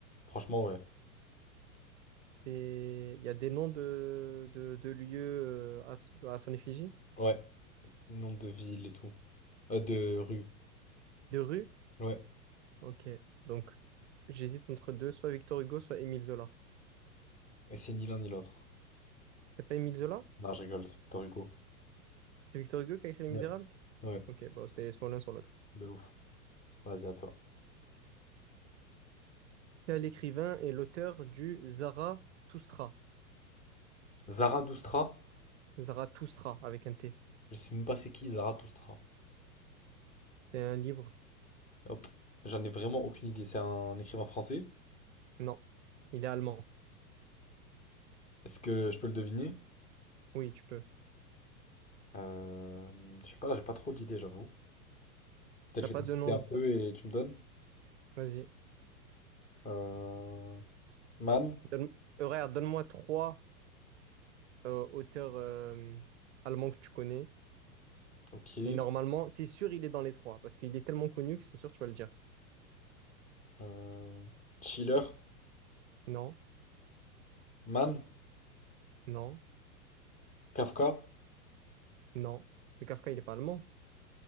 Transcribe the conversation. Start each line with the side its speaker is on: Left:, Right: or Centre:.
Left: Franchement, ouais.
Right: des, il y a des noms de, de, de lieux euh, à, s- à son effigie?
Left: Ouais. Nom de ville et tout. Euh, de rue.
Right: De rue.
Left: Ouais.
Right: Ok. Donc, j'hésite entre deux, soit Victor Hugo, soit Émile Zola.
Left: Et c'est ni l'un ni l'autre.
Right: C'est pas Émile Zola?
Left: Non, je rigole, c'est Victor Hugo.
Right: C'est Victor Hugo qui a écrit Les
Left: Ouais.
Right: Misérables?
Left: Ouais,
Right: Ok, bon, c'est soit l'un, soit l'autre.
Left: de ouf. Vas-y, à toi.
Right: Quel écrivain est l'auteur du Zarathustra?
Left: Zarathustra,
Right: Zarathustra, avec un T.
Left: je sais même pas c'est qui Zarathustra.
Right: C'est un livre?
Left: Hop. J'en ai vraiment aucune idée. C'est un écrivain français.
Right: Non. Il est allemand.
Left: Est-ce que je peux le deviner?
Right: Oui, tu peux.
Left: Euh, je sais pas, là, j'ai pas trop d'idées, j'avoue. Peut-être
Right: T'as
Left: je vais
Right: pas
Left: t'en
Right: de
Left: citer
Right: nom?
Left: un
Right: de-
Left: peu et tu me donnes.
Right: Vas-y.
Left: Euh, Mann,
Right: Donne... euh, regarde, donne-moi trois euh, auteurs euh, allemands que tu connais.
Left: ok.
Right: Et normalement, c'est sûr, il est dans les trois, parce qu'il est tellement connu que c'est sûr, tu vas le dire.
Left: Euh, Schiller,
Right: Non,
Left: Mann,
Right: non,
Left: Kafka,
Right: non. Mais Kafka, il est pas allemand.